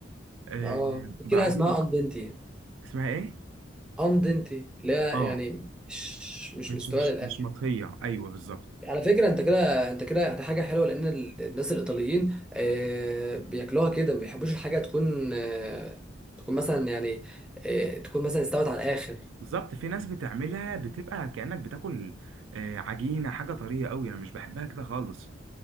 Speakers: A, on the right (about 90°); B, in the centre.
A: آه،
B: اه
A: بعدين
B: كده اسمها اندنتي
A: اسمها ايه
B: اندنتي اللي هي
A: اه
B: يعني مش مش
A: مش
B: مستويه
A: مش
B: للاخر
A: مش مطهيه ايوه بالظبط
B: على فكرة انت كده انت كده ده حاجة حلوة لان ال- الناس الايطاليين آه، بياكلوها كده ما بيحبوش الحاجة تكون آه، تكون مثلا يعني آه، تكون مثلا استوت على الاخر
A: بالظبط في ناس بتعملها بتبقى كأنك بتاكل آه، عجينة حاجة طرية قوي انا مش بحبها كده خالص